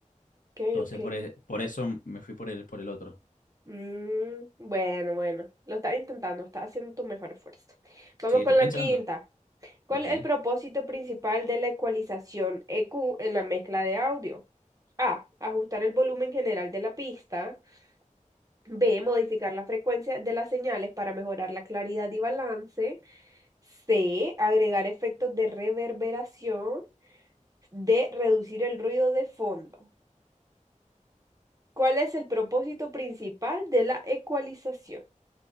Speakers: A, on the right; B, on the left.
A: ok,
B: Entonces,
A: ok.
B: por, e- por eso me fui por el, por el otro.
A: Mm, bueno, bueno. Lo estás intentando, estás haciendo tu mejor esfuerzo. Vamos
B: Sí, estoy
A: con
B: pensando.
A: la quinta. ¿Cuál
B: Ok.
A: es el propósito principal de la ecualización EQ en la mezcla de audio? A. Ajustar el volumen general de la pista. B, modificar la frecuencia de las señales para mejorar la claridad y balance. C, agregar efectos de reverberación. D, reducir el ruido de fondo. ¿Cuál es el propósito principal de la ecualización?